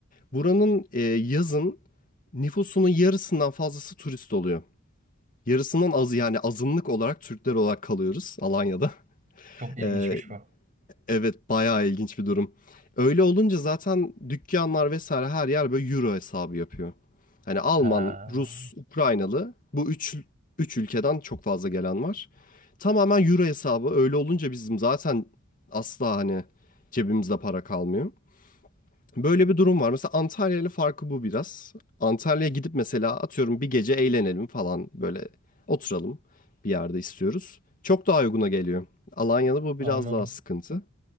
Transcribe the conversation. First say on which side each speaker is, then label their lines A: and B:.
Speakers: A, on the left; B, on the right.
A: Buranın e, yazın nüfusunun yarısından fazlası turist oluyor. Yarısından azı yani azınlık olarak Türkler olarak kalıyoruz Alanya'da. <laughs>
B: Çok ilginçmiş
A: E,
B: bu.
A: evet bayağı ilginç bir durum. Öyle olunca zaten dükkanlar vesaire her yer böyle euro hesabı yapıyor. Hani Alman,
B: Ha,
A: Rus, Ukraynalı bu üç, üç ülkeden çok fazla gelen var. Tamamen euro hesabı öyle olunca bizim zaten asla hani cebimizde para kalmıyor. Böyle bir durum var. Mesela Antalya ile farkı bu biraz. Antalya'ya gidip mesela atıyorum bir gece eğlenelim falan böyle oturalım bir yerde istiyoruz. Çok daha uyguna geliyor. Alanya'da bu
B: anladım.
A: biraz daha sıkıntı.